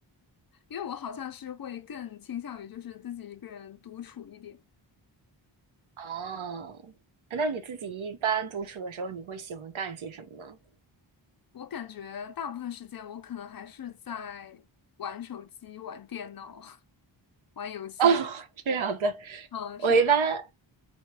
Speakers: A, on the left; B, on the right.
A: 因为我好像是会更倾向于就是自己一个人独处一点。
B: 哦，那你自己一般独处的时候，你会喜欢干些什么呢？
A: 我感觉大部分时间我可能还是在玩手机、玩电脑、<laughs> 玩游戏。
B: <laughs> 哦，这样的，
A: 嗯，
B: 我一般
A: 是，